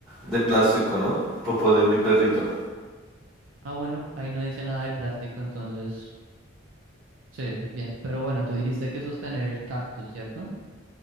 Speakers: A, in the centre; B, on the right.
A: de plástico, ¿no? Popo de mi perrito.
B: Ah, bueno, ahí no dice nada del plástico, entonces... Sí, bien. Pero bueno, tú dijiste que sostener el cactus, ¿cierto?